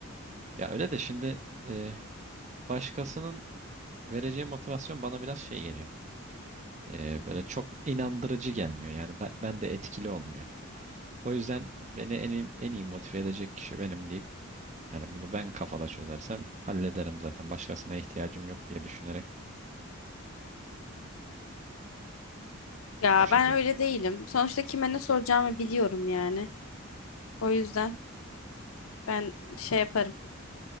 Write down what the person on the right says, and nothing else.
ya öyle de şimdi e, başkasının vereceği motivasyon bana biraz şey geliyor. Ee, böyle çok inandırıcı gelmiyor. Yani ben, ben de etkili olmuyor. O yüzden beni en iyi, en iyi motive edecek kişi benim deyip hani bunu ben kafada çözersem hallederim zaten. Başkasına ihtiyacım yok diye düşünerek
o şekilde.